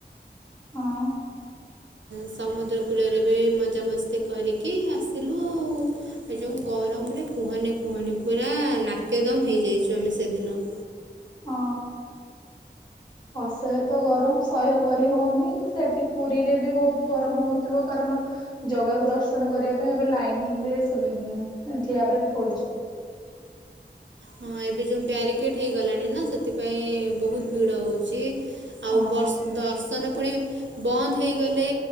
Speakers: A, on the left; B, on the right.
A: ହଁ।
B: ସମୁଦ୍ର କୂଳରେ ବି ମଜାମସ୍ତି କରିକି ଆସିଲୁ ଆଉ। ଏ ଯେଉଁ ଗରମରେ କୁହନି କୁହନି ପୁରା ନାକେଦମ ହେଇଯାଇଚୁ ଆମେ ସେଦିନ।
A: ହଁ। ଅସ୍ହ୍ୟ ତ ଗରମ ସହ୍ୟ କରି ହଉନି। ସେଠି ପୁରୀରେ ବି ବହୁତ ଗରମ ହଉଥିବ। କାରଣ ଜଗାକୁ ଦର୍ଶନ କରିବା ପାଇଁ ଏବେ ଲାଇନରେ ସୁବି ଠିଆ ହବା ପାଇଁ ବି ପଡୁଛି।
B: ହଁ, ଏବେ ଯୋଉ ବ୍ୟାରିକେଟ ହେଇଗଲାଣି ନା ସେଥିପାଇଁ ବହୁତ ଭିଡ ହଉଛି। ଆଉ
A: ହଁ
B: ବର୍ ଦର୍ଶନ ପୁଣି ବନ୍ଦ ହେଇଗଲେ